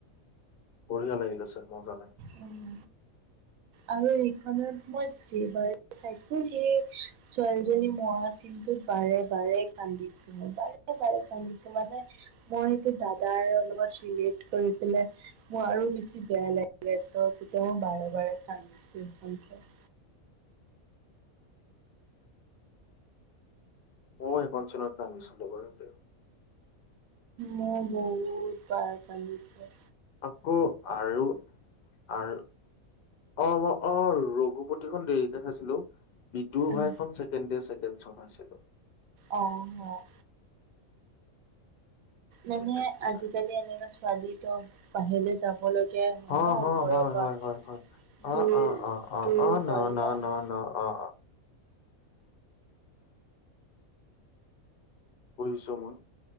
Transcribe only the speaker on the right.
উম, আৰু সেইখনত মই যেইবাৰ চাইছোঁ সেই ছোৱালীজনী মৰা চিনটোত বাৰে, বাৰে কান্দিছোঁ মই বাৰে, বাৰে কান্দিছোঁ, মানে মই সেইটো দাদাৰ অলমান <unintelligible> কৰি পেলাই মোৰ আৰু বেছি বেয়া লাগে, ত তেতিয়াওঁ বাৰে, বাৰে কান্দিছোঁ সেইখন চাই।
মৌ বহুত বাৰ কান্দিছে।
উম
অ' মানে,
আজিকালি
এনেকুৱা ছোৱালী তই বাহিৰলে যাবলৈ একে হয়
ন,
ঘৰৰ
পৰা
দূৰ,
দূৰ হয় ন?